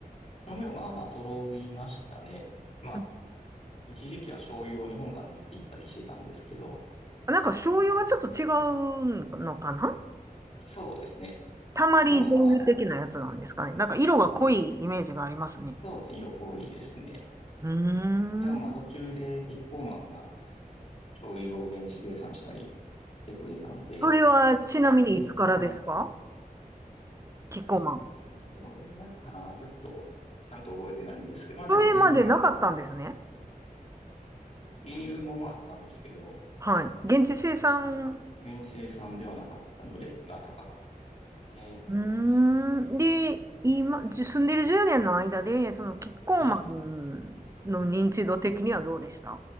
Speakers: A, on the left; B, on the right.
A: 調味料まあまあ揃いましたね。まあ、
B: うん。
A: 一時期は醤油を日本から持って行ったりしてたんですけど、
B: なんか醤油がちょっと違うのかな
A: そうですね。
B: たまり醤油的なやつなんですかね。
A: でもまあ、
B: なんか色が濃いイメージがありますね。
A: そうですね、色濃いですね。
B: うーん。
A: でもまあ途中でキッコーマンが醤油を現地生産したりしてくれたので、
B: それはちなみにいつからですか
A: まあ途中から、
B: キッコーマン。
A: あれどれぐらいかな、ちょっと、ちゃんと覚えてないんですけど、まあでも10年、
B: それまでなかったんですね。
A: 輸入もあったんですけど、
B: はい。現地生産
A: 現地生産ではなかったので、まあ高かったね。
B: うーん。で、今、じ住んでる10年の間で、そのキッコーマンの認知度的にはどうでした
A: はい。